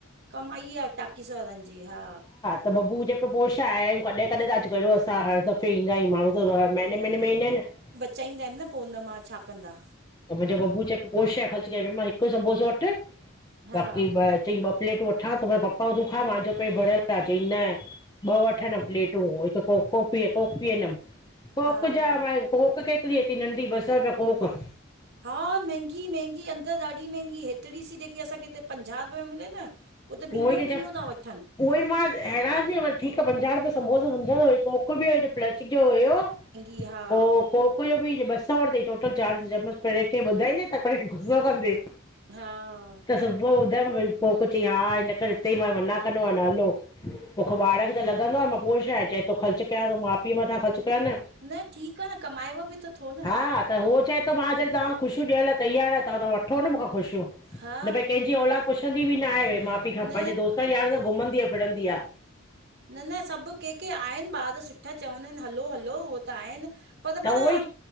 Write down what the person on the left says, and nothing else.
त बबू चए प पो छा हे कॾे - कॾे त अच कहिड़ो असां हर दफ़े ईंदा आहियूं माण्हू। त महीने महीेने में ईंदा आहिन न।
त मुंजो बबू चए प पो छा हे, ख़र्च करे मां हिक सम्बोसो वठ
बाक़ी ॿ चई ॿ प्लेटूं वठां त मां पप्पा तूं खा मा चयो पेट भरयल आ, चईं न ॿ वठनदम प्लेटूं हिक कोफ़ीं काफी पियंदम। कोक
जा
भाई कोक केतरी थी नंढी ॿसर रुपया कोक
उहो
ई
चवां
उहो ई मां हैरान थी वियमि ठीकु आ पंजाहु रुपये सबोसो समुझो तव मोकिलि बि आई जो पलच जो हुयो।
पो कोक जो बि ॿ सौ वरतई टोटल चार्ज चयमांसि पीॾे खे ॿुधाईंदी त पीॾे गुसो कंदीय।
त सुबुह ॿुधायमि भई पो कुझुई हा हिन करे हिते ई मां मना कंदो आहियां ना हलो। तोखा भाड़ा बि त लॻंदो आ, मां पो छाहे चए तो ख़र्चु कया तो माउ पीउ मथां ख़र्चु कया न।
हा त हो चए तो मां जॾहिं तां ख़ुशियूं ॾियण लाइ तयारु आहियां त तवां वठो न मूंखा ख़ुशियूं।
न भई कंहिंजी औलाद पुछंदी बि न आहे, भई माउ पीउ खा
पंहिंजे दोस्त यार सां घुमंदी आ फिरंदी आ।
त
उहो ई